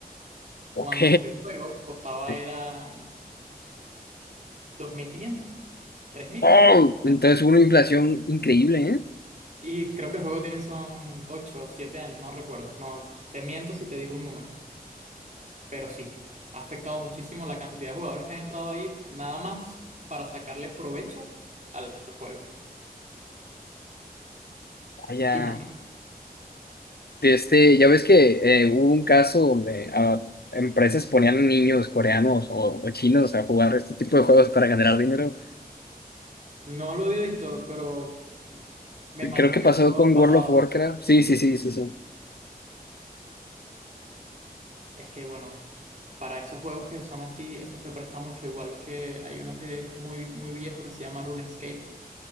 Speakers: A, on the left (about 80°); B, on the right (about 50°).
A: ok.
B: Cuando salió el juego, costaba
A: <laughs>
B: eran dos mil quinientos, tres mil.
A: Oh, entonces hubo una inflación increíble, ¿eh?
B: Y creo que el juego tiene son 8 o 7 años, no recuerdo. No, te miento si te digo un número, pero sí, ha afectado muchísimo la cantidad de jugadores que han entrado ahí, nada más para sacarle provecho al al juego.
A: Vaya.
B: Imagina.
A: de este, ya ves que eh, hubo un caso donde ah, empresas ponían niños coreanos o, o chinos a jugar este tipo de juegos para ganar dinero.
B: No lo había visto, pero me imagino
A: Creo que
B: que
A: pasó
B: pudo
A: con
B: haber pasado.
A: World of Warcraft. Sí, sí, sí, sí, sí.
B: Es que, bueno, para esos juegos que son así, eso se presta mucho, igual que hay uno que es muy, muy viejo que se llama RuneScape.